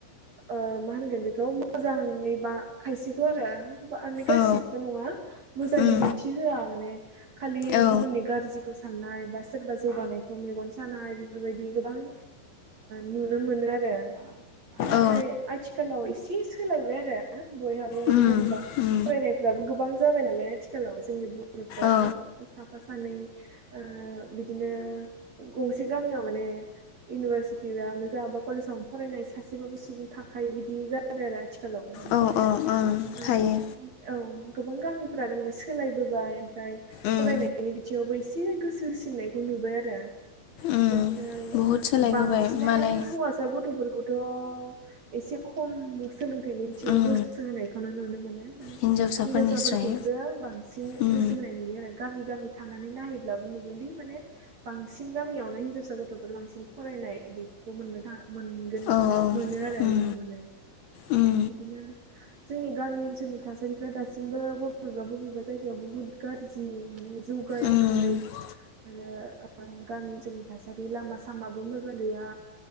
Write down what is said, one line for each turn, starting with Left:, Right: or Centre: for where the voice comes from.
Right: ओ मा होनगोन बेखौ मोजाङै बा खायसेखौ आरो माने गासिबो
Left: औ
Right: नङा मोजां
Left: उम
Right: बिदिन्थि होआ माने खालि
Left: औ
Right: गुबुननि गारजिखौसो साननाय बा सोरबा जौगानाय सानाय बेफोरबायदि गोबां नुनो मोनो आरो <unintelligible> नाथाय
Left: औ
Right: आथिखालाव एसे सोलायबाय आरो बयहाबो
Left: उम
Right: जेनेबा
Left: उम
Right: फरायनायफ्राबो गोबां जाबाय नालाय आथिखालाव जोंनि <unintelligible>
Left: औ
Right: साफा सानै ओ बिदिनो गंसे गामियाव माने इउनिभारसिटियानोजा बा कलेजावनो फरायनाय सासेबाबो सुबुं थाखायो बिदि जाबाय आरो आथिखालाव बेनिखायनो
Left: औ औ ओं
Right: ओ
Left: थायो
Right: औ गोबां गामिफ्रानो माने सोलायबोबाय ओमफ्राय
Left: उम
Right: फरायनायनि बिथिङावबो एसे गोसो होसिननायखौ नुबाय आरो बेनिफ्राय
Left: उम बहुद
Right: ओ
Left: सोलायबोबाय
Right: बांसिनानो
Left: मालाय
Right: हौवासा गथ'फोरखौ <unintelligible> एसे खम सोलोंथाइनि बिथिङाव
Left: उम
Right: गोसो होनायखौनो नुनो मोनो माने
Left: हिन्जावसाफोरनिस्राय
Right: हिनजावसाफोरखौसो बांसिन
Left: उम
Right: गोसो होनाय नुयो आरो गामि गामि थांनानै नायहैब्लाबो नुगोनदि माने बां बांसिन गामियावनो हिनजावसा गथ'फोर बांसिन फरायनाय बेखौ मोननो थाङो मोनगोन
Left: औ औ
Right: मोनो आरो
Left: उम
Right: नुनो मोनो
Left: उम
Right: बिदिनो जोंनि गामि ओनसोलनि थासारिफ्रा दासिमबो बबेबा बबेबा जायगायाव बुहुत गाज्रि माने जौगायाखै
Left: उम
Right: आरो गामि ओनसोलनि थासारि लामा सामाबो मोजां गैया